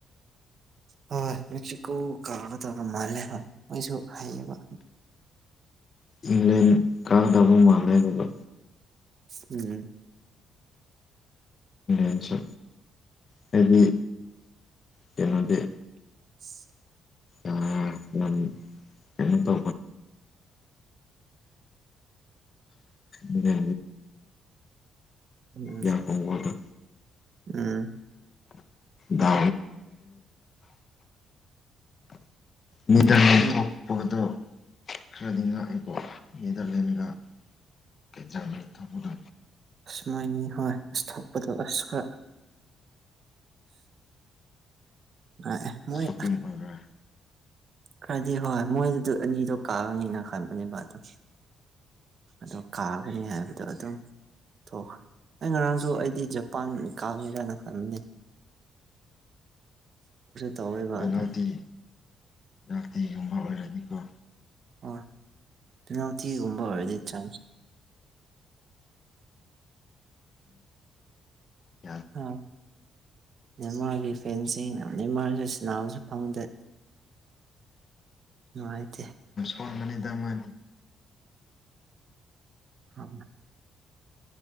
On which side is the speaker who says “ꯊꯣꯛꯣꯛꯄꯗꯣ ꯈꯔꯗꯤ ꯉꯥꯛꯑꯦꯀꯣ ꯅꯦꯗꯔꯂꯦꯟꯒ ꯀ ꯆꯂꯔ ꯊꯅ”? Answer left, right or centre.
Left